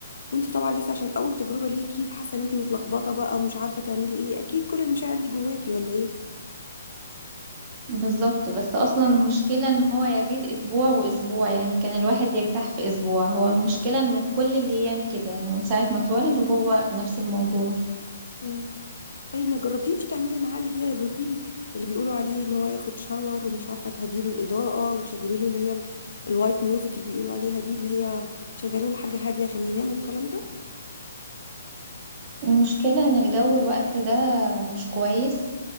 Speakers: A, on the left; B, on the right.
A: وانتي طبعا لسه عشان اول تجربه ليكي فحاسه ان انتي متلخبطه بقى ومش عارفه تعملي ايه اكيد كل المشاعر دي جواكي ولا
B: بالظبط بس اصلا المشكلة ان هو يا ريت اسبوع واسبوع يعني كان الواحد يرتاح في اسبوع هو المشكلة انه كل الايام كده يعني من ساعة ما اتولد وهو نفس الموضوع
A: ايه طيب ما جربتيش تعملي معاه اللي هي الروتين اللي بيقولوا عليه ان هو ياخد شاور ومش عارفه تهديله الاضاءه وتشغلي له اللي هي ال- الوايت ميوزك اللي بيقولوا عليها دي اللي هي تشغلي له حاجه هاديه عشان ينام والكلام ده
B: المشكلة ان الجو الوقت ده مش كويس